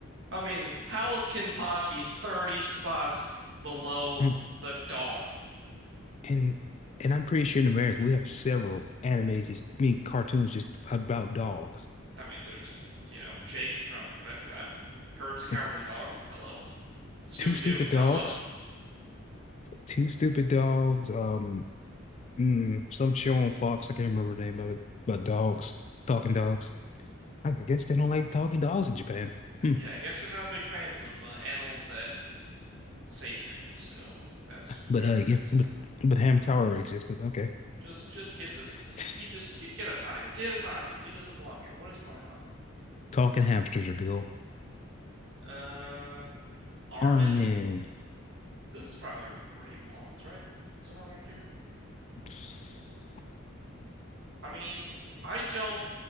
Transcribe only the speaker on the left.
hmm.
And and I'm pretty sure in America we have several animes just I mean cartoons just about dogs.
Like
Two Stupid
Dogs.
Two Stupid Dogs. Um mm, some show on Fox, I can't remember the name of it, about dogs, talking dogs. I I guess they don't like talking dogs in Japan.
Hmm.
But uh
yeah,
but but Hamtaro existed. Okay.
<sighs>
T-
Talking hamsters are cool.
Armin.
<laughs>